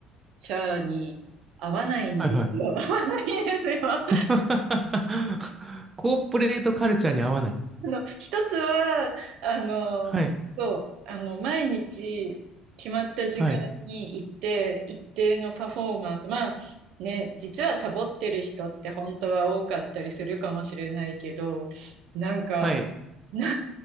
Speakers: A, on the right; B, on the right.
A: チャーに合わないんですよ。
B: はいはい。
A: <laughs> 合わないんですよ。あ
B: <laughs> コーポレートカルチャーに合わない。
A: の、一つは、あの、
B: はい。
A: そう、あの、毎日決まった時間に行って、
B: はい。
A: 一定のパフォーマンス、まあ、ね、実はサボってる人って本当は多かったりするかもしれないけど、なんか、
B: はい。
A: <laughs> な、